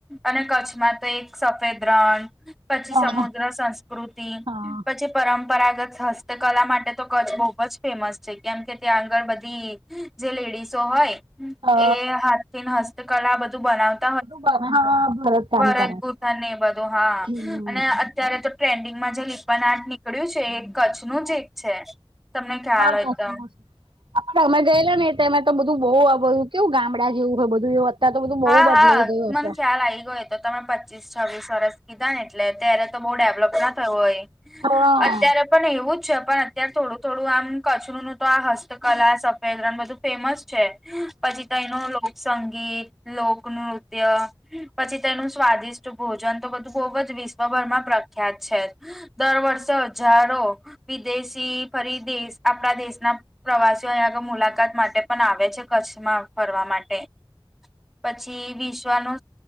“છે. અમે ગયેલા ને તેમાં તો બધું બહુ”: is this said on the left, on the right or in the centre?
Right